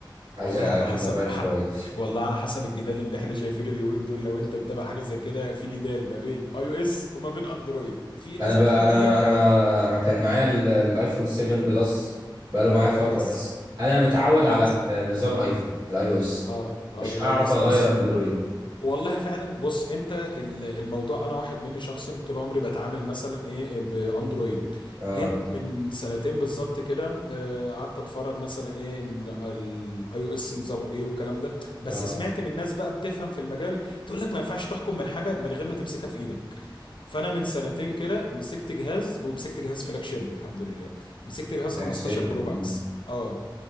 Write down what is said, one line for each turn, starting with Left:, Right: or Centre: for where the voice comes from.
Right: عايز
Left: والله
Right: اجيب
Left: على حسب
Right: موبايل
Left: <laughs>
Right: كويس
Left: والله على حسب الجدال اللي احنا شايفينه اليومين دول لو انت متابع حاجة زي كده في جدال ما بين اي او اس وما بين اندرويد في ناس
Right: انا بقى
Left: بتحب
Right: انا
Left: دي
Right: انا انا كان معايا ال- الايفون 7 بلس بقاله
Left: اه
Right: معايا
Left: كويس
Right: فترة بس انا متعود
Left: كويس
Right: على نظام ايفون الاي او اس
Left: اه اه
Right: مش
Left: لا
Right: هعرف
Left: يس
Right: اغير
Left: بص
Right: اندرويد
Left: والله فعلا بص انت ال- الموضوع انا واحد مني شخصا طول عمري بتعامل مثلا ايه باندرويد
Right: اه
Left: جيت من سنتين بالظبط كده اه، قعدت اتفرج مثلا ايه الاي او اس نظامه ايه والكلام ده بس
Right: اه
Left: سمعت من ناس بقى بتفهم في المجال تقول لك ما ينفعش تحكم من حاجه من غير ما تمسكها في ايدك فانا من سنتين كده مسكت جهاز ومسكت جهاز فلاج شيب الحمد لله مسكت جهاز
Right: فلاج
Left: 15
Right: شيب
Left: برو
Right: مم.
Left: ماكس اه